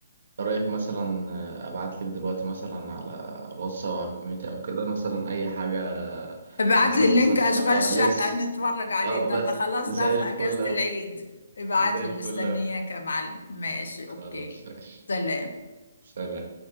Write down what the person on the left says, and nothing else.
ابعت
لي اللينك
اشغال
شقة
نتفرج عليه
ده
ده خلاص
ده في
اجازة
العيد ابعت
لي
مستنياك
يا معلم ماشي
اوكي
سلام